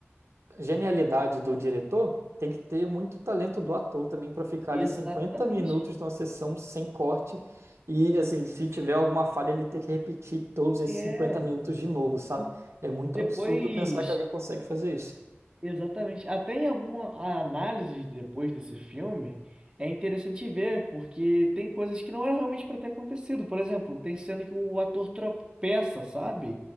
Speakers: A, on the right; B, on the right.
A: genialidade do diretor, tem que ter muito talento do ator também para ficar ali
B: Exatamente.
A: 50 minutos numa sessão sem corte e, assim, se tiver alguma falha, ele ter que repetir todos esses
B: É.
A: 50 minutos de novo, sabe? É muito
B: Depois,
A: absurdo pensar que alguém consegue fazer isso.
B: Exatamente. Até em alguma análise depois desse filme, é interessante ver, porque tem coisas que não eram realmente para ter acontecido. Por exemplo, tem cena que o ator tropeça, sabe?